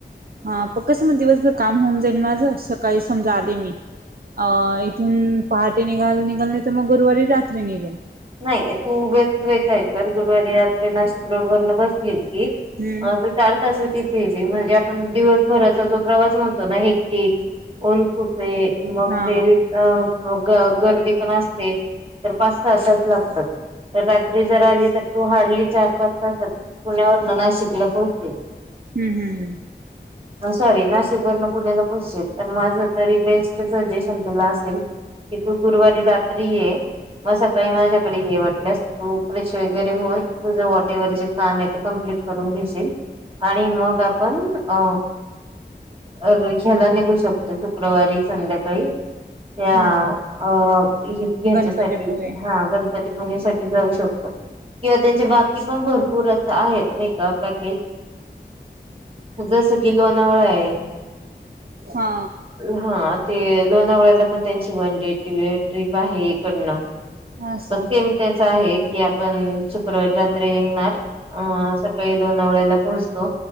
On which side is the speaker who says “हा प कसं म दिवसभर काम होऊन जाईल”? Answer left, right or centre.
Right